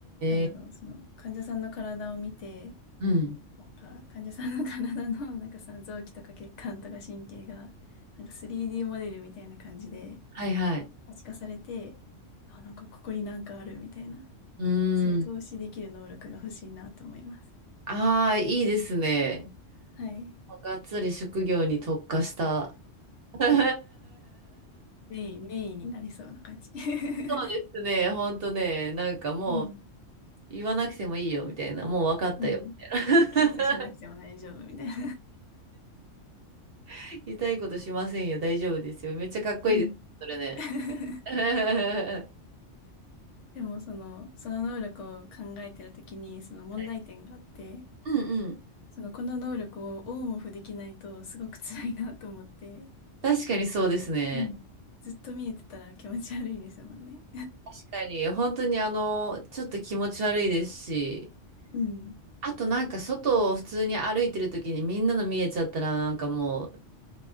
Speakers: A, on the left; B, on the right.
A: なんだろう、
B: え。
A: その患者さんの体を見て、
B: うん。
A: なんか患者さんの体の <laughs> なんかその臓器とか血管とか神経がなんか 3D モデルみたいな感じで
B: はいはい。
A: 可視化されて、あ、なんかここになんかあるみたいな、
B: うーん。
A: そういう投資できる能力が欲しいなと思います。
B: ああ、いいですね。
A: はい。
B: がっつり職業に特化した。<laughs> そう
A: メイン、メインになりそうな感じ。<laughs>
B: ですね。ほんとね。なんかもう、
A: うん。
B: 言わなくてもいいよ、みたいな。もう分かったよ、
A: うん。
B: <laughs> み
A: 検査しなくても大丈夫みたいな。
B: たいな。<laughs> 痛いことしませんよ、大丈夫ですよ。めっちゃかっこいいです、
A: うん。
B: それね。
A: <laughs>
B: <laughs> は
A: でもその、その能力を考えてるときにその問題点があって、
B: いうんうん。
A: そのこの能力をオンオフできないとすごく辛いなと思って、
B: 確かにそうですね。
A: うん。ずっと見えてたら気持ち悪いですもんね。
B: 確かに、本当にあの、ちょっと気持ち悪いですし、
A: うん。
B: あとなんか外を普通に歩いてる時にみんなの見えちゃったらなんかもう、